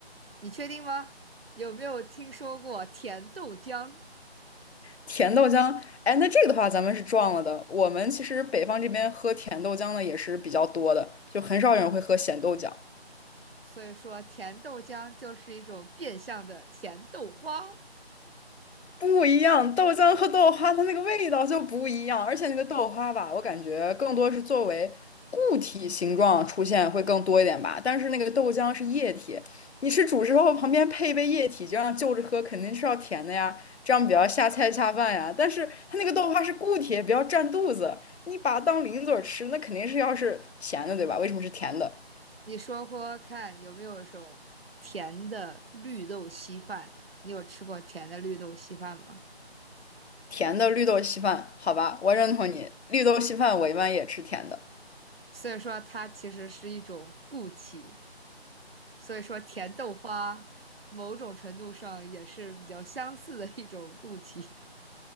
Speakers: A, on the right; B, on the left.
A: 你确定吗？有没有听说过甜豆浆？
B: 甜豆浆，哎，那这个的话咱们是撞了的。我们其实北方这边喝甜豆浆的也是比较多的，就很少有人会喝咸豆浆。
A: 所以说，甜豆浆就是一种变相的甜豆花。
B: 不一样，豆浆和豆花它那个味道就不一样，而且那个豆花吧，我感觉更多是作为固体形状出现会更多一点吧。但是那个豆浆是液体，你吃主食后旁边配一杯液体，这样就着喝肯定是要甜的呀，这样比较下菜下饭呀。但是它那个豆花是固体，比较占肚子，你把它当零嘴儿吃，那肯定是要是咸的，对吧？为什么是甜的？
A: 你说说看，有没有一种甜的绿豆稀饭？你有吃过甜的绿豆稀饭吗？
B: 甜的绿豆稀饭，好吧，我认同你，绿豆稀饭我一般也吃甜的。
A: 所以说，它其实是一种固体。所以说，甜豆花某种程度上也是比较相似的一种固体。